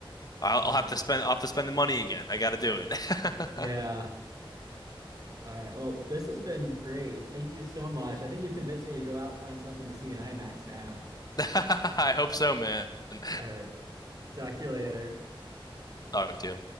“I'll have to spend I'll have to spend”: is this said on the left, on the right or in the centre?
Left